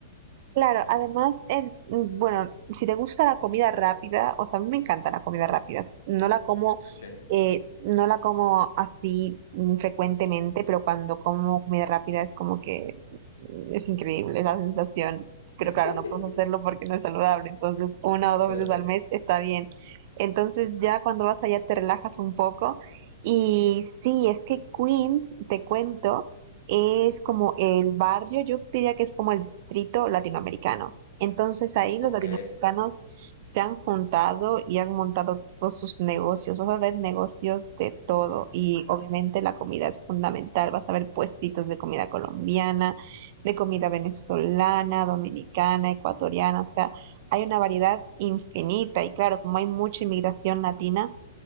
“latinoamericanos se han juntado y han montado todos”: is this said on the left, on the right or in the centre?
Right